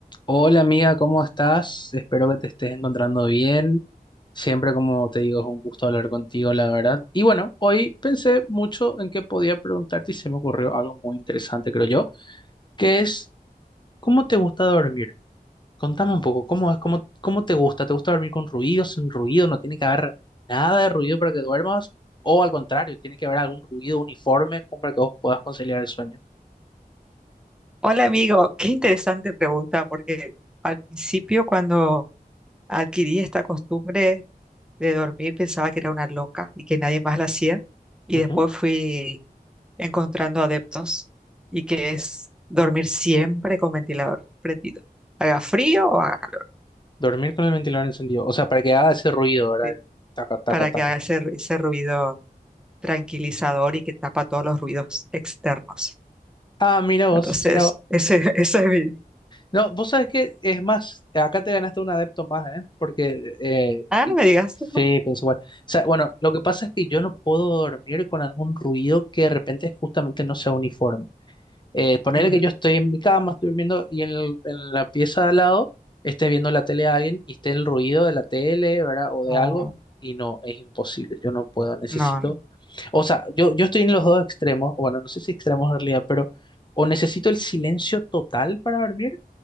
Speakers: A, on the left; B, in the centre.
A: Hola amiga, ¿cómo estás? Espero que te estés encontrando bien. Siempre, como te digo, es un gusto hablar contigo, la verdad. Y bueno, hoy pensé mucho en qué podía preguntarte y se me ocurrió algo muy interesante, creo yo, que es, ¿cómo te gusta dormir? Contame un poco, ¿cómo es? ¿Cómo, cómo te gusta? ¿Te gusta dormir con ruido, sin ruido? ¿No tiene que haber nada de ruido para que duermas? ¿O al contrario, tiene que haber algún ruido uniforme como para que vos puedas conciliar el sueño?
B: Hola amigo, qué interesante pregunta, porque al principio cuando adquirí esta costumbre de dormir pensaba que era una loca y que nadie más la hacía, y
A: Ujú.
B: después fui encontrando adeptos y que es dormir siempre con ventilador prendido, haga frío o haga calor,
A: Dormir con el ventilador encendido. O sea, para que haga ese ruido, ¿verdad?
B: ¿sí?
A: El taca, taca,
B: Para
A: taca,
B: que haga
A: taca.
B: ese, ru- ese ruido tranquilizador y que tapa todos los ruidos externos.
A: Ah, mira vos,
B: Entonces,
A: mira vos.
B: ese, <laughs> ese es mi...
A: No, vos sabés que es más, acá te ganaste un adepto más, ¿eh? Porque, eh,
B: Ah,
A: y
B: no me
A: pi-
B: digas.
A: sí, pienso igual. O sea, bueno, lo que pasa es que yo no puedo dormir con algún ruido que de repente justamente no sea uniforme. Eh, ponele
B: Mm,
A: que yo estoy en mi cama, estoy durmiendo y en, el- en la pieza de al lado esté viendo la tele a alguien y esté el ruido de la tele, ¿verdad? O
B: no,
A: de algo y no, es imposible. Yo no puedo, necesito.
B: no, no.
A: O sea, yo, yo estoy en los dos extremos, o bueno, no sé si extremos en realidad, pero o necesito el silencio total para dormir,